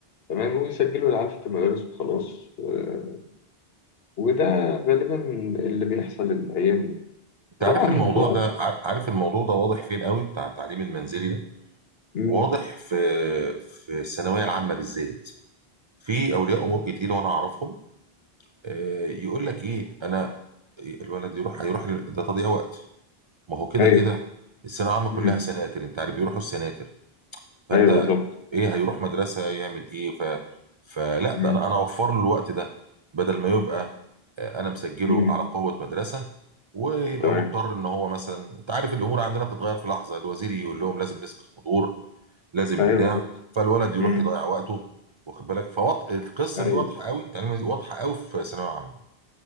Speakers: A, on the left; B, on the right.
A: تمام ويسجلوا العيال في المدارس وخلاص آه، وده غالبا اللي بيحصل الأيام دي
B: انت عارف
A: طبعا
B: الموضوع
A: بقى
B: ده ع- عارف الموضوع ده واضح فين قوي بتاع التعليم المنزلي ده
A: مم.
B: واضح في في الثانويه العامه بالذات في اولياء امور كتير وانا اعرفهم آه، يقول لك ايه انا الولد يروح هيروح ل- ده تضييع وقت ما هو كده
A: أيوه
B: كده الثانويه العامه
A: مم.
B: كلها سناتر انت عارف بيروحوا السناتر فانت
A: أيوه بالظبط
B: ايه هيروح مدرسه يعمل ايه ف فلا
A: مم.
B: ده انا انا اوفر له الوقت ده بدل ما يبقى آه، انا مسجله
A: مم.
B: على قوه مدرسه ويبقى
A: تمام
B: مضطر ان هو مثلا انت عارف الامور عندنا بتتغير في لحظه الوزير يقول لهم لازم نسبه حضور لازم
A: أيوه
B: بتاع
A: بالظبط
B: فالولد يروح
A: مم.
B: يضيع وقته واخد بالك فوط القصه
A: أيوه
B: دي واضحه قوي التعليم واضحه قوي في ثانويه عامه